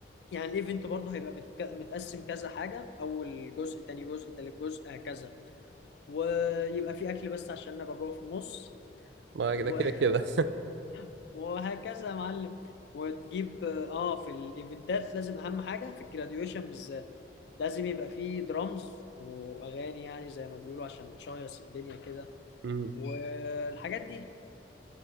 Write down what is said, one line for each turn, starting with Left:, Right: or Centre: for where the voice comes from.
Left: يعني الايفنت برضه هيبقى متك- متقسم كذا حاجة أول جزء تاني جزء تالت جزء هكذا ويبقى في اكل بس عشان ابقى جوه في النص
Right: ما
Left: و-
Right: كده كده كده
Left: <laughs> وهكذا يا معلم وتجيب اه في الايفنتات لازم اهم حاجه في الجراديويشن بالذات لازم يبقى في درامز واغاني يعني زي ما بيقولوا عشان تشيص الدنيا كده
Right: <laughs> امم
Left: والحاجات دي